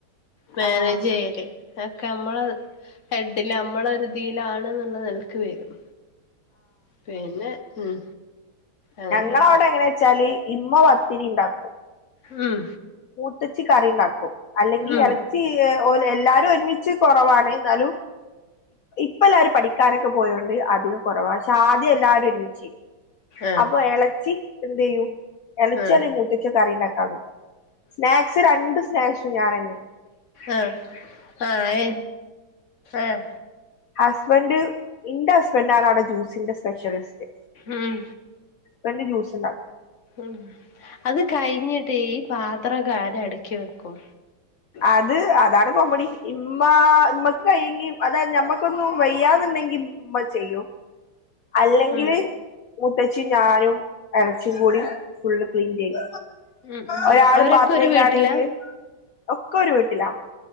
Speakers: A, on the left; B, on the left.
A: മാനേജ്
B: ആഹ്
A: ചെയ്യല് അക്കെ നമ്മള് ഹെഡില് നമ്മള ഒരുതിയിലാണ് എന്നുള്ള എനക്ക് വരും പിന്നെ ഉം അങ്ങനെയാണ്
B: ഞങ്ങവിടെ എങ്ങനെ വെച്ചാല് ഇമ്മ പത്തിരി ഉണ്ടാക്കും
A: ഉം
B: മൂത്തച്ചി കറിണ്ടാക്കും അല്ലെങ്കിൽ
A: ഉം
B: ഇറച്ചി ഓ എല്ലാരും ഒരുമിച്ച് കുറവാണ് എന്നാലും ഇപ്പ എല്ലാരും പഠിക്ക കിക്കാരൊക്കെ പോയോണ്ട് അതിന് കൊറവാ പക്ഷെ ആദ്യം എല്ലാരും ഒരുമിച്ച്തു
A: ആഹ്
B: അപ്പൊ ഇളച്ചി എന്ത് ചെയ്യും എളിച്ചി
A: ആഹ്
B: അല്ലേൽ മൂത്തിച്ചി കറി ഉണ്ടാക്കാൻ നിക്കും സ്നാക്സ് രണ്ട് ുഞൻെ <unintelligible>
A: ആഹ ആഹ ആഹ
B: ഹസ്ബഡ് ൻ്റെ ഇപ്പെന്നെ ആണ് അയുടെ ജ്യൂസിന്റെ സ്പെഷ്യലിസ്റ്റ്.
A: ഉം
B: ഇപ്പെന്നെ ജ്യൂസ് ഇണ്ടാക്കാ
A: ഉം അത് കഴിഞ്ഞിട്ട് ഈ പാത്രം ഒക്കെ ആര് അട്ക്കി വെക്കും
B: അത് അതാണ് കോമെഡി ഇമ്മാ ഇമ്മെക്ക് കഴിയെങ്കി അതായെത് ഞമ്മക്കൊന്നും വയ്യാന്ന് ഇണ്ടെങ്കി ഇമ്മ ചെയ്യും അല്ലെങ്കിൽ
A: ഉം
B: മുത്തെച്ചിം ഞാനും എളെച്ചിം കൂടിം ഫുള്ള് ക്ലീൻ ചെയ്യും
A: ഉം ഉം
B: ഒരാള്
A: അവരൊക്കെ
B: പാത്രം
A: ഒരു
B: കെഴ്ക്കാണെങ്കിൽ
A: വീട്ടിലാ
B: ഒക്കെ ഒര് വീട്ട്ലാ